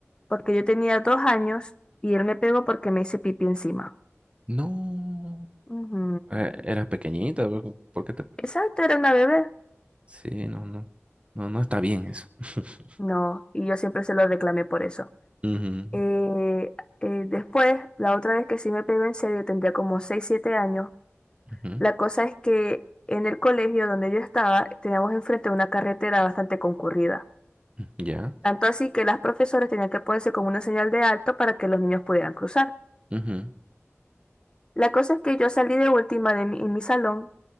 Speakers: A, on the left; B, on the right.
A: porque yo tenía dos años y él me pegó porque me hice pipí encima.
B: No,
A: Ujú.
B: eh, eras pequeñita, ¿por por qué te...?
A: Exacto, era una bebé.
B: Sí, no, no, no, no está bien eso. <laughs>
A: No, y yo siempre se lo reclamé por eso.
B: Ujú,
A: Eh, eh, después, la otra vez que sí me pegó en serio, tendría como 6 7 años.
B: ujú,
A: La cosa es que en el colegio donde yo estaba, teníamos enfrente una carretera bastante concurrida.
B: Ya.
A: Tanto así que las profesoras tenían que ponerse con una señal de alto para que los niños pudieran cruzar.
B: ujú.
A: La cosa es que yo salí de última de mi- en mi salón